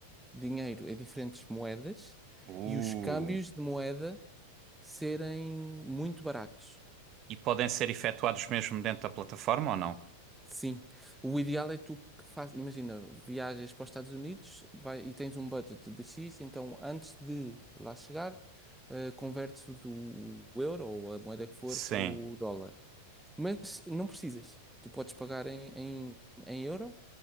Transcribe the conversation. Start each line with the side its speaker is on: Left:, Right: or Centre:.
Centre: dinheiro em diferentes moedas
Right: Uh.
Centre: e os câmbios de moeda serem muito baratos.
Right: E podem ser efetuados mesmo dentro da plataforma ou não?
Centre: Sim, o ideal é tu que faz, imagina, viajas para os Estados Unidos vai, e tens um budget de X, então antes de lá chegar, eh, convertes o, do- o euro ou a moeda que for
Right: Sim,
Centre: para o dólar. Mas não precisas, tu podes pagar em, em, em euro,